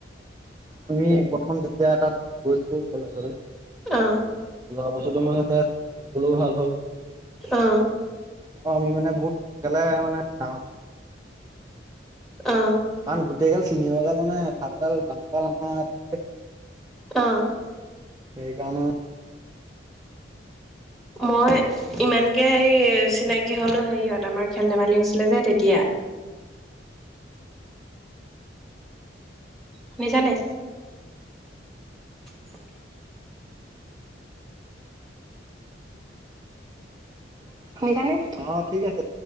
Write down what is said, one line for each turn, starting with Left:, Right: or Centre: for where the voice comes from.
Right: আমি প্ৰথম যেতিয়া তাত গৈছো কলেজলে
Centre: আ।
Right: যোৱা বছৰটো মানে সেয়া চিনাকি হলেও ভাল হল। অহ
Centre: অ
Right: আমি মানে বহুত সোনকালে মানে <unintelligible>
Centre: অ
Right: কাৰণ গোটেই গাল চিনিৱৰ গাল মানে ভাল গাল ডাঙৰ গাল আমাৰ <unintelligible>
Centre: অ'।
Right: সেই কাৰণে
Centre: মই ইমানকে হেৰি চিনাকি হলো হেৰিয়ত আমাৰ খেল ধেমালি হৈছিলে যে তেতিয়া। <inaudible> শুনিছানে? <inaudible>
Right: শুনিছানে? অ' ঠিক আছে।